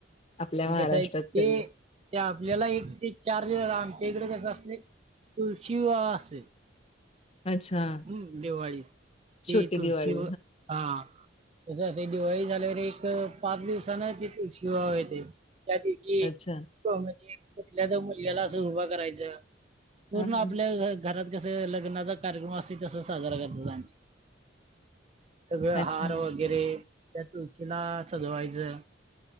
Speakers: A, on the left (about 30°); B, on the right (about 30°).
A: आपल्या
B: मी
A: महाराष्ट्रात
B: कस आहे ते
A: तरी
B: ते आपल्याला एक ते चार आमच्या इकडे कस असते तुळशी असते.
A: अच्छा
B: हम्म दिवाळीत, ते
A: छोटी
B: तुळशीवर
A: दिवाळी
B: हा. कसं असतय, दिवाळी झाल्यावर एक पाच दिवसान ते तुळशी विवाह येतंय त्या दिव शी एक
A: अच्छा
B: म्हणजे कुठल्या तर मुलग्याला असं उभा करायचं पूर्ण
A: हा हा
B: आपल्या घ घरात कस लग्नाचा कार्यक्रम असत तो, तस साजरा करतात आमच्या सगळ
A: अच्छा
B: हार वगैरे त्या तुळशीला सजवायचं.